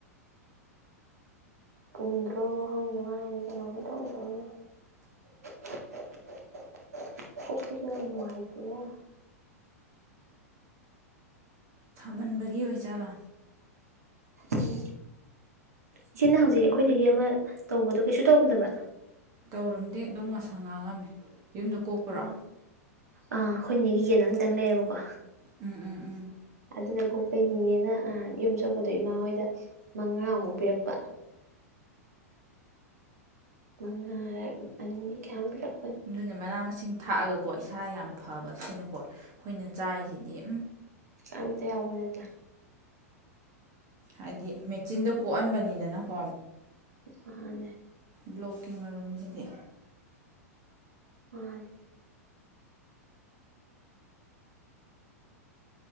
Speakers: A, on the right; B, on the right.
A: ꯄꯨꯝꯗ꯭ꯔꯣꯕ ꯈꯪꯗꯦ ꯃꯥꯏ ꯀꯩꯅꯣꯅꯤ ꯇꯧ ꯆꯧꯉꯦꯅ ꯅꯨꯡꯉꯥꯏꯇꯦꯦ
B: ꯃꯨꯟꯕꯒꯤ ꯑꯣꯏꯆꯥꯥꯂꯥ
A: ꯎꯝ ꯏꯆꯦꯅ ꯍꯧꯖꯤꯛ ꯑꯩꯈꯣꯏꯗꯒꯤ ꯑꯃ ꯇꯧꯕꯗꯣ ꯀꯩꯁꯨ ꯇꯧꯔꯝꯗꯕ꯭ꯔꯥ
B: ꯇꯧꯔꯝꯗꯦ ꯑꯗꯨꯝ ꯉꯁꯥ ꯉꯥꯡꯉꯝꯃꯤ ꯌꯨꯝꯗ ꯀꯣꯛꯄ꯭ꯔꯥ
A: ꯑ ꯑꯥ ꯑꯩꯈꯣꯏꯅꯦꯒꯤ ꯌꯦꯟ ꯑꯃꯇꯪ ꯂꯩꯌꯦꯕꯀꯣ
B: ꯎꯝ ꯎꯝ ꯎꯝ
A: ꯑꯗꯨꯅ ꯀꫭꯛꯄꯩ ꯅꯤꯅꯦꯅ ꯅꯍꯥꯟ ꯌꯨꯝ ꯆꯠꯄꯗꯣ ꯏꯃꯥ ꯍꯣꯏꯗ ꯃꯉꯥꯃꯨꯛ ꯄꯤꯔꯛꯄ ꯃꯉꯥꯔ ꯑꯅꯤ ꯀꯌꯥ ꯃꯨꯛ ꯄꯤꯔꯝ
B: ꯑꯗꯨꯣꯏꯅ ꯃꯅꯥ ꯃꯁꯤꯡ ꯊꯥꯛꯑꯒ ꯀꯣ ꯏꯁꯥ ꯌꯥꯝ ꯐꯕ ꯁꯤꯅꯀꯣ ꯑꯩꯈꯣꯏꯅ ꯆꯥꯏꯁꯤꯗꯤꯝ
A: ꯀꯝꯇ ꯌꯥꯕ ꯅꯠꯇꯦ
B: ꯍꯥꯏꯗꯤ ꯃꯦꯆꯤꯟꯗꯣ ꯀꯣꯛꯍꯟꯕꯅꯤꯗꯅꯀꯣ
A: ꯃꯥꯅꯦ
B: ꯕ꯭ꯂꯣꯛꯀꯤ ꯃꯔꯨꯝꯁꯤꯗꯤ
A: ꯃꯥꯅꯤ